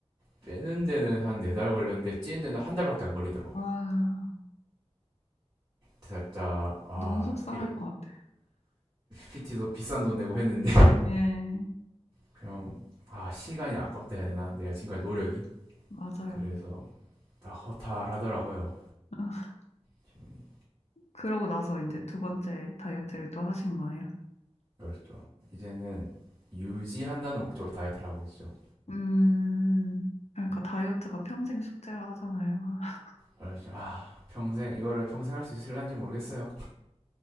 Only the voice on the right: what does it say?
빼는 데는 한 네 달 걸렸는데 찌는 데는 한 달밖에 안 걸리더라고요.
살짝 아,
이런
PT도 비싼 돈 내고 했는데 <laughs>
그냥 아, 시간이 아깝다 해야 되나? 내가 지금까지 노력이
그래서 다 허탈하더라고요.
기분이
그렇죠. 이제는 유지한다는 목적으로 다이어트를 하고 있죠.
그래서 아 평생 이거를 평생 할 수 있을란지 모르겠어요.